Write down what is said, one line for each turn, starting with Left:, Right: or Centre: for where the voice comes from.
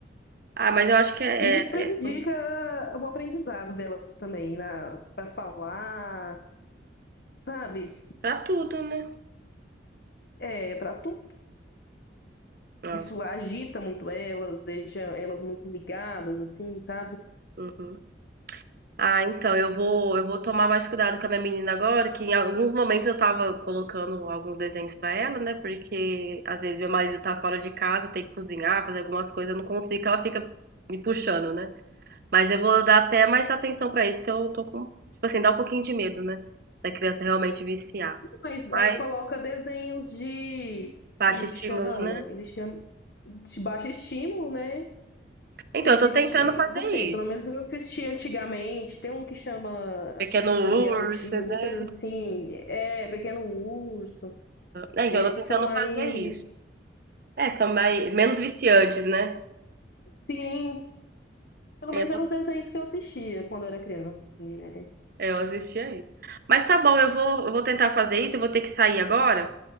Right: Ah, mas eu acho que é,
Left: E isso
Right: é,
Left: prejudica
Right: é muito
Left: o aprendizado delas também, na, para falar, sabe?
Right: pra tudo, né?
Left: É, para tu,
Right: Nossa.
Left: isso agita muito elas, deixa elas muito ligadas, assim, sabe?
Right: Uhum. Ah, então, eu vou, eu vou tomar mais cuidado com a minha menina agora, que em alguns momentos eu tava colocando alguns desenhos pra ela, né? Porque às vezes meu marido tá fora de casa, tem que cozinhar, fazer algumas coisas, eu não consigo, que ela fica me puxando, né? Mas eu vou dar até mais atenção pra isso, que eu tô com, tipo assim, dá um pouquinho de medo, né, da criança realmente viciar.
Left: Não, Mas
Right: Mas
Left: é, coloca desenhos de,
Right: baixa
Left: como é
Right: estímulo,
Left: que chama?
Right: né?
Left: Eles chamam de baixo estímulo, né?
Right: Então,
Left: Aqueles
Right: eu tô
Left: que a
Right: tentando
Left: gente,
Right: fazer
Left: não sei, pelo
Right: isso.
Left: menos eu assisti antigamente. Tem um que chama
Right: Pequeno urso,
Left: Daniel o Tigre, alguma
Right: né?
Left: coisa assim. É, Pequeno Urso.
Right: É, então,
Left: Esses
Right: eu tô tentando
Left: são mais
Right: fazer isso. É, são mais, menos viciantes, né?
Left: Sim, Pelo
Right: É,
Left: menos
Right: eu, vou-
Left: eram os desenhos que eu assistia quando era criança, assim, né?
Right: é, eu assistia isso. Mas tá bom, eu vou, eu vou tentar fazer isso. Eu vou ter que sair agora.